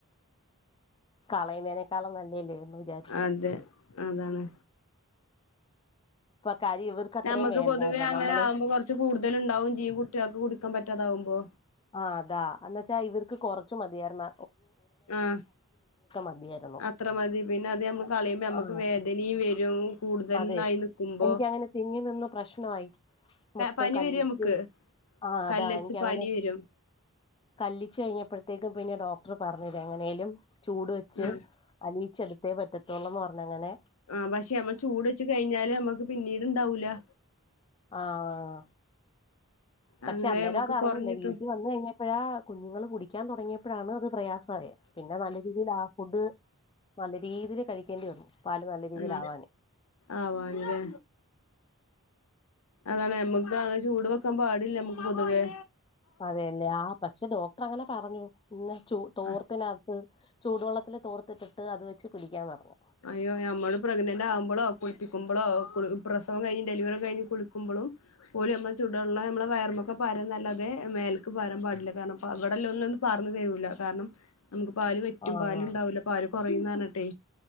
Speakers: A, on the left; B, on the left.
A: കളയുന്നേനേക്കാളം നല്ലല്ലേന്ന് വിചാരിച്ചു
B: അതെ അതാണ്
A: കാര്യം ഇവർക്ക് അത്രയും
B: നമുക്ക്
A: വേണ്ടായിരുന്നു
B: പൊതുവേ അങ്ങനെ
A: നമ്മള്
B: ആകുമ്പോ കുറച്ച് കൂടുതലുണ്ടാവും ചെയ്യും കുട്ടികൾക്ക് കുടി കൊടുക്കാൻപറ്റാതാവുമ്പോ
A: ആ അതാ എന്ന് വെച്ചാ ഇവർക്ക് കൊറച്ച് മതിയായിരുന്ന
B: ആഹ
A: മതിയായിരുന്നു
B: അത്ര മതി പിന്നെ അത് നമ്മൾ കളയുമ്പോ നമ്മക്ക്
A: ആ
B: വേദനയും വരും കൂടുതൽന്നായി
A: അതെ
B: നിക്കുമ്പോ
A: എനിക്കങ്ങനെ തിങ്ങി നിന്ന് പ്രശ്നമായി മൊത്തം
B: പനി
A: കല്ലിച്ച്
B: വരും നമുക്ക്
A: ആ
B: കല്ലച്ച്
A: അതാ എനിക്കങ്ങനെ
B: പനി വരും
A: കല്ലിച്ച് കഴിഞ്ഞപ്പോഴത്തേക്കും പിന്നെ ഡോക്ടർ പറഞ്ഞിത് എങ്ങനേലും ചൂട് വെച്ച്
B: ആ
A: അലിയിച്ചെടു ത്തെ പറ്റത്തുള്ള എന്ന് പറഞ്ഞ് അങ്ങനെ
B: ആഹ പക്ഷെ നമ്മൾ ചൂട് വെച്ച് കഴിഞ്ഞാല് നമ്മക് പിന്നീട് ഇണ്ടാവൂല
A: ആഹ പക്ഷെ
B: അങ്ങനെ
A: അന്നേരം
B: നമുക്ക്
A: അതറിഞ്ഞില്ല
B: കൊറഞ്ഞിട്ടും
A: വീട്ടിൽ വന്ന് കഴിഞ്ഞപ്പഴാ കുഞ്ഞുങ്ങളും കുടിക്കാൻ തൊടങ്ങിയപ്പോഴാണ് അത് പ്രയാസായി പിന്നെ നല്ല രീതിയില് ആ ഫുഡ് നല്ല മീതില് കഴിക്കേണ്ടി വന്നു പാല് നല്ല രീതിയിലാവാന്
B: ഇം ആവാനെലെ അതാണ് നമ്മക്ക് അങ്ങനെ ചൂട് വെക്കാൻ പാടില്ല നമ്മുക്ക് പൊതുവെ
A: അതെയല്ലേ ആ പക്ഷെ ഡോ- അങ്ങനെ പറഞ്ഞു പിന്നെ ചോ തോർത്തിനാത്ത്
B: ആഹ്
A: ചൂടുവെള്ളത്തില് തോർത്തിട്ടിട്ട് അത് വെച്ച് പിടിക്കാൻ പറഞ്ഞു
B: അയ്യോ ഞമ്മള് പ്രഗ്നന്റ് ആകുമ്പോളോ കുളിപ്പിക്കുമ്പോളോ കുളി പ്രസവം കഴിഞ്ഞ് ഡെലിവറി ഒക്കെ കഴിഞ്ഞ് കുളിക്കുമ്പളും പോലും നമ്മൾ ചൂടുള്ള നമ്മളെ വയർമൊക്കെ പാരാനല്ലാതെ മേല്ക്ക് പാരൻ പാടില്ല. കാരണം അ അവിടെല്ലാം ഒന്നും ഒന്ന് പറഞ്ഞു തരൂല കാരണം നമുക്ക് പാല് വറ്റും
A: ആ
B: പാലിണ്ടാവില്ല പാല് കൊറ പെയ്യുന്നറഞ്ഞട്ടെ.